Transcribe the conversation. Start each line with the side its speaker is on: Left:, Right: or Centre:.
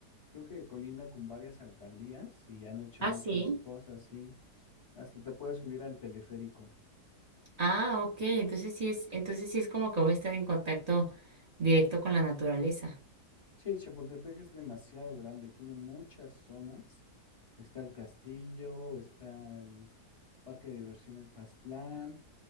Left: creo que colinda con varias alcaldías y han hecho
Right: Ah,
Left: muchas
Right: sí.
Left: cosas, sí. Hasta te puedes subir al teleférico.
Right: Ah, ok, entonces sí es, entonces sí es como que voy a estar en contacto directo con la naturaleza.
Left: Sí, Chapultepec es demasiado grande, tiene muchas zonas. Está el castillo, está el parque de diversiones Aztlán,